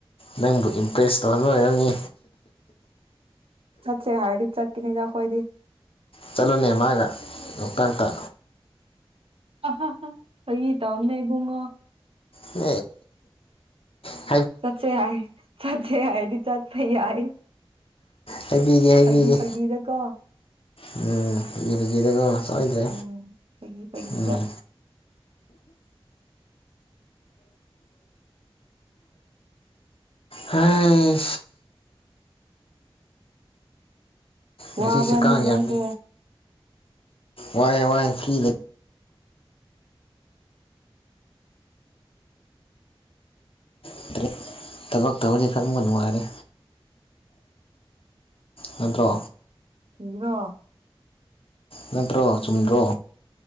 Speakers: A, on the left; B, on the right.
A: ꯅꯪꯕꯨ ꯏꯝꯄ꯭ꯔꯦꯁ ꯇꯧꯍꯟꯕ ꯑꯣꯏꯔꯝꯅꯤ
B: ꯆꯠꯁꯦ ꯍꯥꯏꯔꯗꯤ ꯆꯠꯄꯅꯤꯗ ꯈꯣꯏꯗꯤ
A: ꯆꯠꯂꯨꯅꯦ ꯃꯥꯒ ꯂꯣꯛꯇꯥꯛꯇ
B: ꯑ ꯍ ꯍ ꯐꯒꯤ ꯇꯧꯅꯦ ꯏꯕꯨꯡꯉꯣ
A: ꯍꯦ ꯍꯦ
B: ꯆꯠꯆꯦ ꯌꯥꯏ ꯆꯠꯆꯦ ꯌꯥꯏꯗꯤ ꯆꯠꯄ ꯌꯥꯏ
A: ꯍꯥꯏꯕꯤꯒꯦ ꯍꯥꯏꯕꯤꯒꯦ
B: ꯐꯥꯒꯤ ꯐꯥꯒꯤꯗꯀꯣ
A: ꯎꯝ ꯐꯒꯤ ꯐꯒꯤꯗꯀꯣ ꯁꯣꯏꯗꯦ
B: ꯎꯝ ꯐꯥꯒꯤ ꯐꯥꯒꯤꯗ
A: ꯎꯝ ꯍꯝ ꯉꯁꯤꯁꯦ
B: ꯋꯥꯕ꯭ꯔꯅꯦ
A: ꯀꯥꯡ
B: ꯅꯣꯏꯁꯦ
A: ꯌꯥꯝꯃꯤ ꯋꯥꯏꯌꯦ ꯋꯥꯏꯌꯦ ꯐ꯭ꯔꯤꯗ ꯂꯩꯇ꯭ꯔꯦ ꯊꯕꯛ ꯇꯧꯔꯅꯤ ꯈꯟꯕꯒ ꯅꯨꯡꯉꯥꯏꯔꯦ ꯅꯠꯇ꯭ꯔꯣ
B: ꯀꯩꯒꯤꯔꯣ
A: ꯅꯠꯇ꯭ꯔꯣ ꯆꯨꯝꯗ꯭ꯔꯣ